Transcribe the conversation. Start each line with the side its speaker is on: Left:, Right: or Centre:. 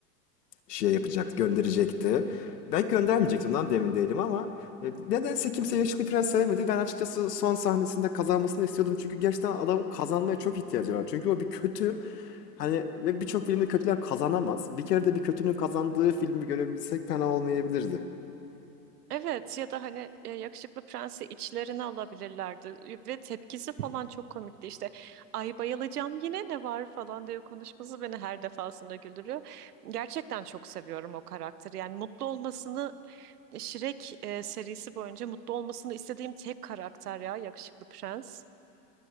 Left: şey yapacaktı, gönderecekti. Belki göndermeyecektim lan demin değilim ama e, nedense kimse Yakışıklı Prens sevmedi. Ben açıkçası son sahnesinde kazanmasını istiyordum. Çünkü gerçekten adamın kazanmaya çok ihtiyacı var. Çünkü o bir kötü. Hani ve birçok filmde kötüler kazanamaz. Bir kere de bir kötünün kazandığı filmi görebilsek fena olmayabilirdi.
Right: Evet ya da hani e, yakışıklı prensi içlerine alabilirlerdi ve tepkisi falan çok komikti işte ay bayılacağım yine ne var falan diye konuşması beni her defasında güldürüyor. Gerçekten çok seviyorum o karakteri yani mutlu olmasını Shrek e, serisi boyunca mutlu olmasını istediğim tek karakter ya yakışıklı prens.